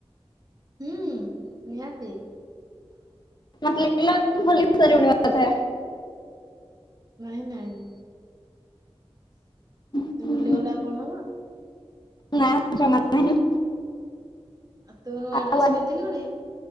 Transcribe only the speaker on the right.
ହୁଁ ନିହାତି।
ନାହିଁ ନାଇଁ
ତୁ ଭୁଲିଗଲେ ଆଉ କଣ ହବ।
ଆଉ ତୁ ନୂଆ
ଡ୍ରେସ
ପିନ୍ଧିଲୁଣି?